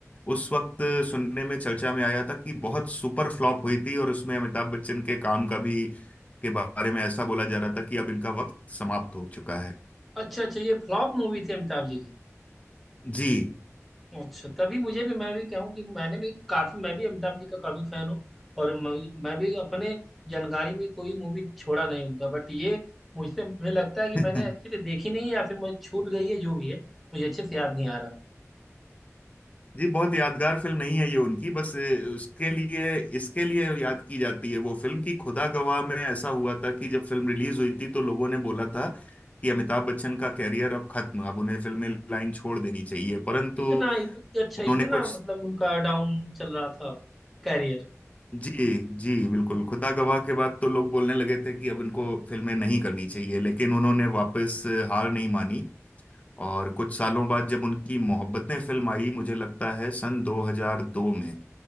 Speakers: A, on the left (about 25°); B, in the centre.
A: उस वक्त सुनने में चर्चा में आया था कि बहुत सुपर फ्लॉप हुई थी और उसमें अमिताभ बच्चन के काम का भी के बारे में ऐसा बोला जा रहा था कि अब इनका वक्त समाप्त हो चुका है
B: अच्छा अच्छा ये फ्लॉप मूवी थी अमिताभ जी की
A: जी
B: अच्छा तभी मुझे भी मैं भी कहूँ कि मैंने भी काफी मैं भी अमिताभ जी का काफी फैन हूँ और मैं, मैं भी अपने जानकारी में कोई मूवी छोड़ा नहीं उनका बट ये मुझसे मुझे लगता है कि
A: <laughs>
B: मैंने अच्छे से देखी नहीं है या फिर मुझे छूट गई है जो भी है मुझे अच्छे से याद नहीं आ रहा
A: जी बहुत यादगार फिल्म नहीं है ये उनकी बस अ, उसके लिए इसके लिए याद की जाती है वो फिल्म की खुदा गवाह में ऐसा हुआ था कि जब फिल्म रिलीज हुई थी तो लोगों ने बोला था कि अमिताभ बच्चन का कैरियर अब खत्म अब उन्हें फिल्में लाइन छोड़ देनी चाहिए परंतु
B: इतना इतना अच्छा
A: उन्होंने
B: इतना
A: कुछ
B: मतलब उनका डाउन चल रहा था कैरियर
A: जी जी बिल्कुल खुदा गवाह के बाद तो लोग बोलने लगे थे कि अब इनको फिल्में नहीं करनी चाहिए लेकिन उन्होंने वापस हार नहीं मानी और कुछ सालों बाद जब उनकी मोहब्बतें फिल्म आई मुझे लगता है सन 2002 में